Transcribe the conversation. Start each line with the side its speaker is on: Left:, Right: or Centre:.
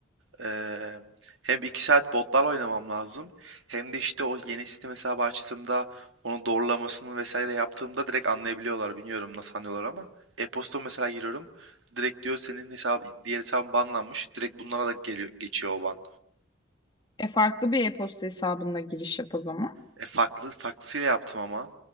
Right: Eee, hem 2 saat botlarla oynamam lazım. Hem de işte o yeni Steam hesabı açtığımda onu doğrulamasını vesaire yaptığımda direkt anlayabiliyorlar. Bilmiyorum nasıl anlıyorlar ama. E-posta mesela giriyorum. Direkt diyor senin hesap diğer hesabın banlanmış. Direkt bunlara da geliyor, geçiyor o ban.
Left: E, farklı bir e-posta hesabında giriş yap o zaman.
Right: E farklı farklısıyla yaptım ama.